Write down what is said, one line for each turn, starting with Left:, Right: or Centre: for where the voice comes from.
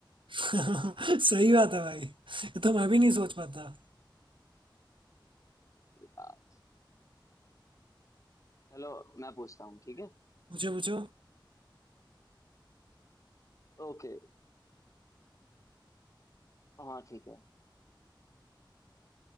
Right: <laughs>
Left: आह,
Right: सही बात है भाई ये तो मैं भी नहीं सोच पाता
Left: यार। चलो मैं पूछता हूँ ठीक है
Right: पूछो पूछो
Left: ओके हाँ ठीक है